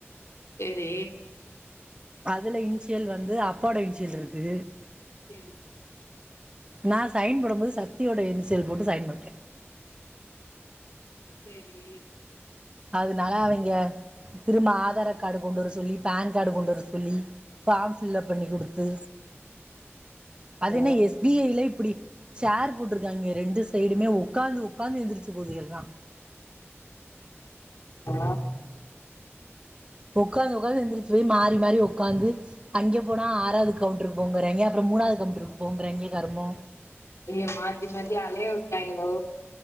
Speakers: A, on the left (about 85°); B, on the right (about 20°).
A: செரி
B: அதுல இன்சியல் வந்து அப்போட இன்சியல் இருக்கு
A: சேரி
B: நான் சைன் போடும்போது சக்தியோட என்சியல் போட்டு சைன் போட்டே
A: சேரி
B: அதனால அவிங்க திரும்ப ஆதார கார்டு கொண்டு வர சொல்லி பேன் கார்டு கொண்டு வர சொல்லி ஃபார்ம் ஃபில்ப் பண்ணி குடுத்து அதனை
A: ம்
B: எஸ் பி ஐ ல அப்டி சேர் போட்டிருக்காங்க ரெண்டு சைடுமே உக்காந்து உ்க்காந்து எந்திரிச்சு போது எல்லா
A: ஆ
B: உக்காந்து உ்க்காந்து எந்திரச்சு போய் மாறி மாறி உக்காந்து அங்கே போனா ஆறாவது கவுண்டருக்கு போங்கறய்ங்க அப்புறோ மூணாவது கவுண்டருக்கு போங்கறய்ங்க கருமோ
A: ஏய மாத்தி மாத்தி அலைய விட்டாங்களோ